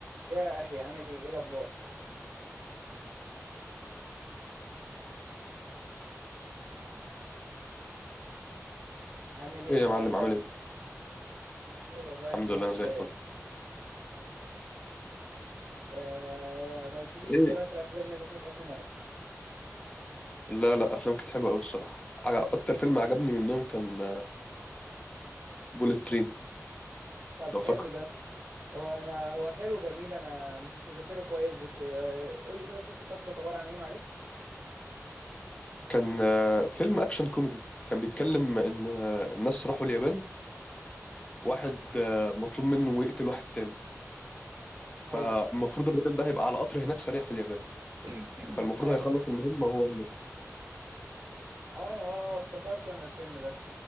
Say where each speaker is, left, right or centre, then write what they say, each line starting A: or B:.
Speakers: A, on the right (about 65°); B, on the left (about 20°).
A: يا اخي عامل ايه ايه الاخبار عامل ايه
B: ايه
A: إيه
B: يا
A: الاخبار
B: معلم عامل ايه
A: خير والله
B: الحمد
A: الحمد
B: لله انا
A: لله
B: زي الفل
A: آه ما قلتليش
B: ايه
A: ايه رايك في الافلام اللي اديتك اخر مره
B: لا لا افلام كانت حلوه قوي الصراحه ع- اكتر فيلم عجبني منهم كان بوليت ترين
A: طب
B: لو
A: حلو
B: فاكره
A: ده هو انا هو حلو جميل انا مش متذكره كويس بس آه قول لي كده القصه بتاعته كانت عباره عن ايه معلش
B: كان آه، فيلم اكشن كوميدي كان بيتكلم ان آه، الناس راحوا اليابان
A: مم.
B: واحد آه، مطلوب منه يقتل واحد تاني فالمفروض
A: ايوه
B: الراجل ده هيبقى على قطر هناك سريع في اليابان
A: <clears throat>
B: فالمفروض
A: ايوه
B: هيخلص المهمه وهو هناك
A: اه اه آه، افتكرت انا الفيلم ده